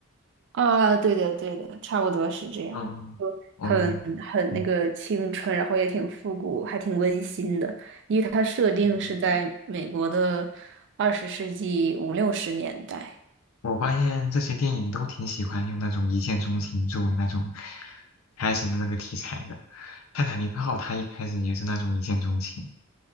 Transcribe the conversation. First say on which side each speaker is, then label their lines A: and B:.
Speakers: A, on the right; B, on the left.
A: 啊，对的，对的，差不多是这样，
B: 嗯，哦，
A: 很很那个青春，
B: 嗯
A: 然后也挺复古，还挺温馨的，因为它设定是在美国的二十世纪五六十年代。
B: 嗯。我发现这些电影都挺喜欢用那种一见钟情作为那种开始的那个题材的。《泰坦尼克号》它一开始也是那种一见钟情，